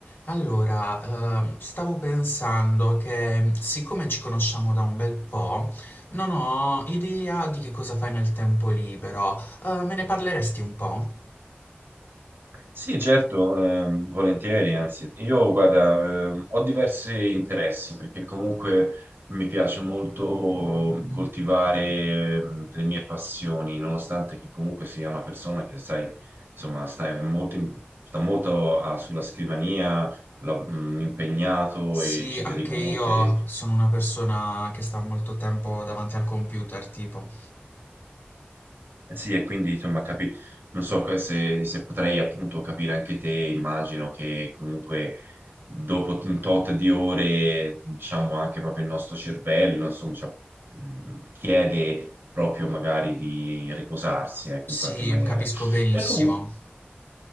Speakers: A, on the left; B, on the right.
A: Allora, ehm, stavo pensando che siccome ci conosciamo da un bel po', non ho idea di che cosa fai nel tempo libero. Eh, me ne parleresti un po'?
B: Sì, certo, ehm, volentieri, anzi, io guarda, ehm, ho diversi interessi perché comunque mi piace molto coltivare ehm, le mie passioni, nonostante che comunque sia una persona che, sai, insomma, sta molto, in- sta molto a- sulla scrivania, la- mh, impegnato
A: Sì,
B: e ci
A: anche
B: dedico molte
A: io sono una persona che sta molto tempo davanti al computer, tipo.
B: Eh Sì, e quindi insomma, capi... non so che se, se potrei appunto capire anche te, immagino che comunque dopo un tot di ore, diciamo anche proprio il nostro cervello, insomma, cioè, mh, chiede proprio magari di riposarsi, ecco,
A: Sì,
B: in qualche maniera.
A: capisco benissimo.
B: E comunque